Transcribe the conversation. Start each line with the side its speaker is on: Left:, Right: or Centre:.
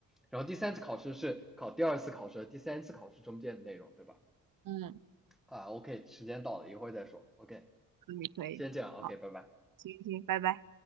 Centre: 然后第三次考试是考第二次考试、第三次考试中间的内容，对吧？
Right: 嗯，
Centre: 啊，OK，时间到了，一会儿再说。OK，
Right: 可以可以，
Centre: 先这样，OK，
Right: 好，
Centre: 拜拜。
Right: 行行，拜拜。